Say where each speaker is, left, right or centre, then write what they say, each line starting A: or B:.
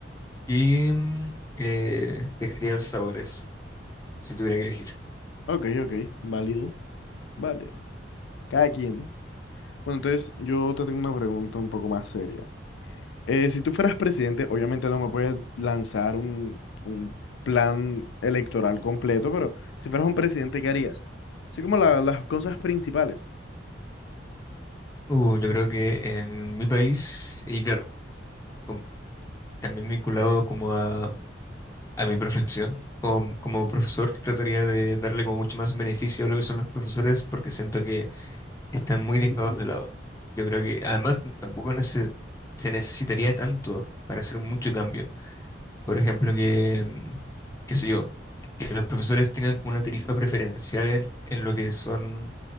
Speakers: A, on the left (about 15°); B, on the left (about 75°).
A: que mm, eh, dejaría los sabores, si tuviera que elegir.
B: Ok, ok, válido, válido. Cada quien. Bueno, entonces yo te tengo una pregunta un poco más seria. Eh, si tú fueras presidente, obviamente no me puedes lanzar un, un plan electoral completo, pero si fueras un presidente, ¿qué harías? Así como la- las cosas principales.
A: Uh, yo creo que en mi país, y claro, com- también vinculado como a, a mi profesión. Como, como profesor trataría de darle como mucho más beneficio a lo que son los profesores porque siento que están muy dejados de lado. Yo creo que además tampoco nece- se necesitaría tanto para hacer mucho cambio. Por ejemplo, que, mm, qué sé yo, que los profesores tengan como una tarifa preferencial en, en lo que son